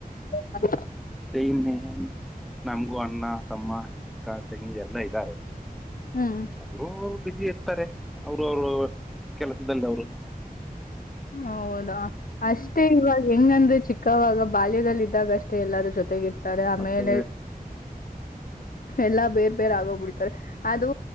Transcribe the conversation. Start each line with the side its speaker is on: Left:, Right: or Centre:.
Left: ಮದ
Centre: ನ್ನ ನಮಗು ಅಣ್ಣ ತಮ್ಮ ಅಕ್ಕ ತಂಗಿ ಎಲ್ಲಾ ಇದ್ದಾರೆ
Left: ಹ್ಮ್
Centre: ಹ ಇರ್ತಾರೆ ಅವರು ಅವರು ಕೆಲಸದಲ್ಲ ಅವ್ರು
Left: ಹೌದಾ ಅಷ್ಟೇ ಇವಾಗ ಹೆಂಗಂದ್ರೆ ಚಿಕ್ಕವಾಗ ಬಾಲ್ಯದಲ್ಲಿ ಇದ್ದಾಗ ಅಷ್ಟೆ ಎಲ್ಲರೂ ಜೊತೆಗಿ ತ್ತಾರೆ ಆಮೇಲೆ
Centre: ಮತ್ತೆ
Left: ಎಲ್ಲಾ ಬೇರ್ ಬೇರ್ ಆಗೋಗ್ಬಿಡ್ತಾರೆ ಅದು